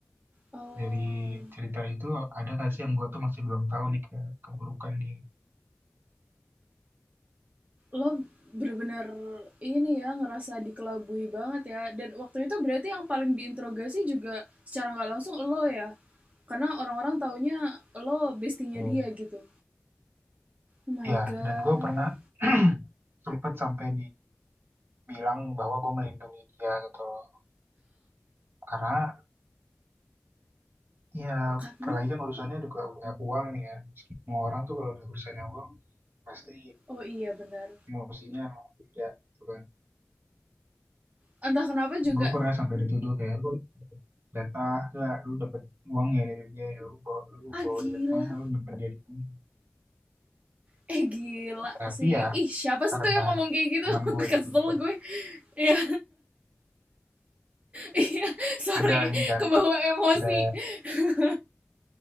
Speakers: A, on the right; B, on the right.
A: Oh,
B: dari cerita itu ada nggak sih yang gue tuh masih belum tahu nih ke keburukan dia.
A: lo bener-bener ini ya, ngerasa dikelabui banget ya. Dan waktu itu berarti yang paling diinterogasi juga secara nggak langsung lo ya? Karena orang-orang taunya lo bestinya
B: Tuh.
A: dia gitu. Oh my
B: Ya,
A: God.
B: dan gue pernah <clears throat> sempat sampai dibilang bahwa gue melindungi dia gitu loh. Karena ya
A: Karena?
B: apalagi kan urusannya juga udah uang nih ya. Semua orang tuh kalau udah urusannya uang pasti
A: Oh iya benar.
B: emosinya tidak gitu kan
A: Entah kenapa juga,
B: gue pernah sampai dituduh kayak lu jatah gak lu dapet uang ya dari dia ya lu bawa lu
A: ah
B: bawa
A: gila.
B: dia kemana lu nyimpen dia di mana
A: Eh gila
B: tapi
A: sih.
B: ya
A: Ih siapa sih
B: karena
A: tuh yang ngomong kayak gitu?
B: teman gue
A: <laughs> Kesel
B: itu juga
A: gue. Iya. Iya, <laughs> sorry,
B: ada ini kan
A: kebawa
B: ada
A: emosi.
B: ada
A: <laughs>